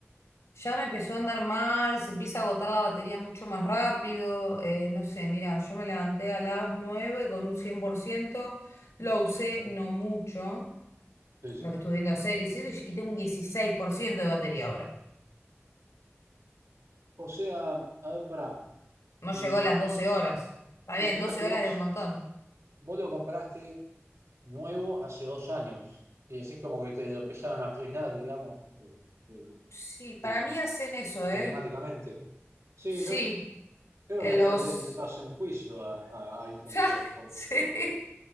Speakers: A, on the left; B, on the right.
A: Ya me empezó a andar mal, se empieza a agotar la batería mucho más rápido. eh, no sé, mira, yo me levanté a las 9 con un cien por ciento lo usé no mucho,
B: Sí,
A: lo
B: sí.
A: que estuve viendo series y eso, y y tengo un 16% de batería ahora.
B: O sea, a ver, pará.
A: No
B: Mm,
A: llegó a las doce horas. Está bien,
B: El tema
A: doce
B: es que
A: horas
B: vos
A: es un montón.
B: Vos lo compraste nuevo hace dos años y así como que te lo empezaron a arruinar, digamos, eh, eh,
A: Sí, para
B: te-
A: mí hacen eso, ¿eh?
B: telemáticamente. Sí,
A: Sí,
B: yo creo
A: en
B: que hasta
A: los...
B: le deben intentar hacer un juicio a, a iPhone
A: <laughs> Ya,
B: por, por-
A: sí.